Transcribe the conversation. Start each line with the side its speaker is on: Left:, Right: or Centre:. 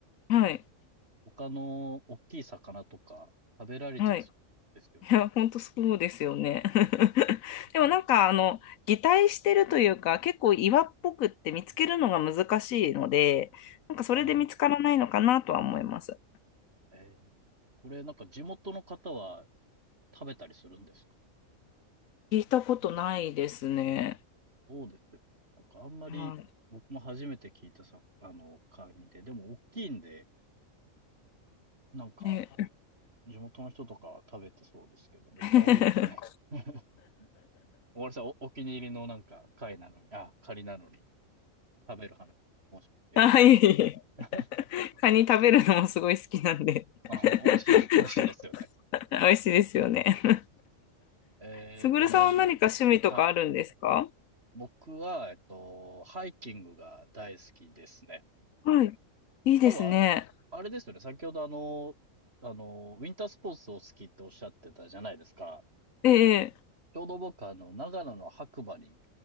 Left: ん。はい。
Right: 他の大きい魚とか食べられちゃいそうですよね。
Left: はい。いや、本当そうですよね。<laughs> でもなんか、
Right: そうです
Left: あの、擬態してるというか、結構岩っぽくって見つけるのが難しいので、なんかそれで見つからないのかなとは思います。
Right: な。ええ。これなんか地元の方は食べたりするんですか
Left: 聞いたことないですね。
Right: そうですよね。なんかあんまり僕も初めて聞いたさ、
Left: は
Right: あの、カニで、でも大きいんで、なんか
Left: い。ね、
Right: 地元の人とかは食べてそうですけど、でも可愛いですね。
Left: <laughs>
Right: <laughs> おわりさん、お、お気に入りのなんか貝なのに、あ、カニなのに食べる話をして申し訳ないで
Left: はい。
Right: す。<laughs>
Left: カニ食べるのもすごい好きなんで。
Right: あ、美味しい、
Left: <laughs>
Right: 美味しいですよね。
Left: 美味しいですよね。
Right: ええ、
Left: すぐるさんは何か趣味とかあるんですか
Right: いい。はい。僕は、えっと、ハイキングが大好きですね。
Left: はい。いいですね。
Right: 多分あ、あれですよね。先ほどあの、あの、ウィンタースポーツを好きっておっしゃってたじゃないですか。
Left: ええ
Right: ちょうど僕あの、長野の白馬に